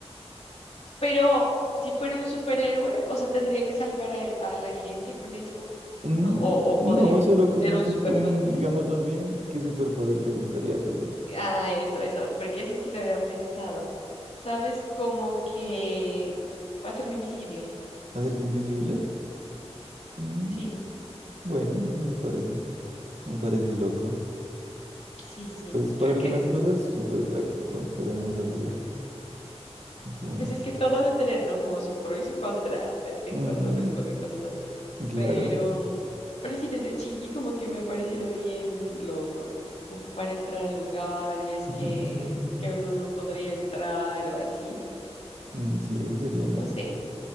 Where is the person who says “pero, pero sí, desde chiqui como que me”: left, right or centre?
Left